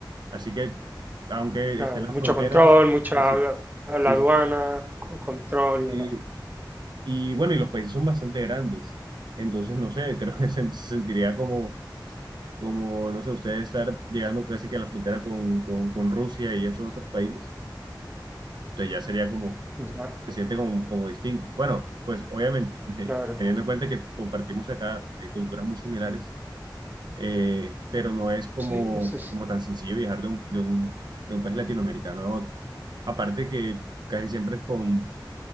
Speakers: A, on the right; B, on the right.
A: así que, aunque
B: Claro,
A: estén las
B: mucho
A: fronteras,
B: control, mucha
A: pues, sí,
B: la, la
A: sí,
B: aduana,
A: sí.
B: con control
A: sí.
B: y demás.
A: Y bueno, y los países son bastante grandes. Entonces, no sé, <laughs> creo que se, se sentiría como, como, no sé, ustedes estar llegando casi que a la frontera con, con, con Rusia y esos otros países. Entonces ya sería como,
B: Ya,
A: se siente como, como distinto. Bueno, pues obviamente, <laughs>
B: claro.
A: teniendo en cuenta que compartimos acá eh, culturas muy similares eh, pero no es como,
B: Sí, eso es.
A: como tan sencillo viajar de un, de un, de un país latinoamericano a otro. Aparte que casi siempre es con,